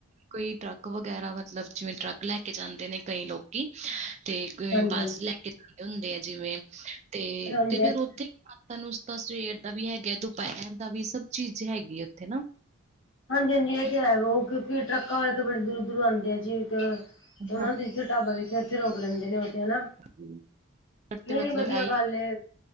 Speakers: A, on the right; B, on the left.
A: ਕੋਈ ਟਰੱਕ ਵਗੈਰਾ ਮਤਲਬ ਜਿਵੇਂ ਟਰੱਕ ਲੈ ਕੇ ਜਾਂਦੇ ਨੇ ਕਈ ਲੋਕੀ ਤੇ ਕਿਵੇਂ
B: ਹਾਂਜੀ
A: ਬੱਸ
B: ਹਾਂਜੀ
A: ਲੈ ਕੇ ਜਾਂਦੇ ਹੁੰਦੇ ਆ ਜਿਵੇਂ ਤੇ
B: ਹਾਂਜੀ
A: ਤੇ ਫੇਰ
B: ਹਾਂਜੀ
A: ਉੱਥੇ ਤੂੰ ਨਾਸਤਾ ਸਵੇਰ ਦਾ ਵੀ ਹੈਗਾ ਦੁਪਹਿਰ ਦਾ ਵੀ ਸਭ ਚੀਜ਼ ਹੈਗੀ ਆ ਉੱਥੇ ਨਾ
B: ਹਾਂਜੀ ਹਾਂਜੀ ਇਹ ਤੇ ਹੈਗਾ ਉਹ ਕਿਉਂਕਿ ਟਰੱਕਾਂ ਵਾਲੇ ਤਾਂ ਬੜੇ ਦੂਰ ਦੂਰੋਂ ਆਉਂਦੇ ਆ ਜੀ ਤੇ ਉਹਨਾਂ
A: ਹਾਂ
B: ਦੀ ਇਥੇ ਢਾਬਾ ਵੇਖੇ ਉੱਥੇ ਰੋਕ ਲੈਂਦੇ ਨੇ ਉੱਥੇ ਹਨਾ
A: ਜੀ। ਤੇ
B: ਨਹੀਂ
A: ਮਤਲਬ
B: ਨਹੀਂ ਵਧੀਆ
A: ਇਹੀ
B: ਗੱਲ ਏ